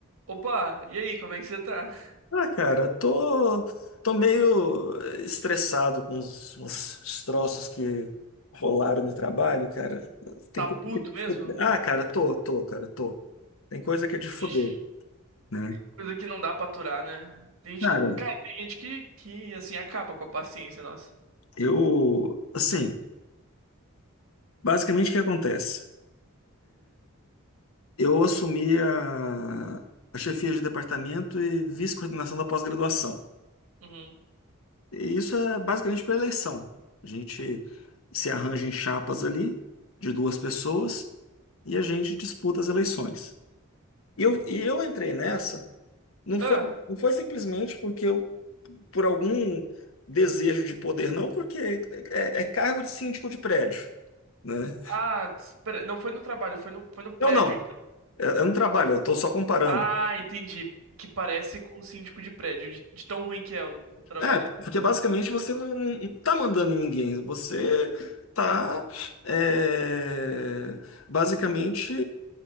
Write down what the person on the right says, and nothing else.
Opa, e aí, como é que você tá?
Tá
puto
mesmo?
Ixi,
Coisa que não dá pra aturar, né? Tem gente
que, cara, tem gente que, que assim acaba com a paciência, nossa.
Uhum.
Ah,
ah, espera, não foi no trabalho, foi no, foi no prédio.
ent-
Ah, entendi. Que parece com o síndico de prédio, de, de tão ruim que é o, o trabalho.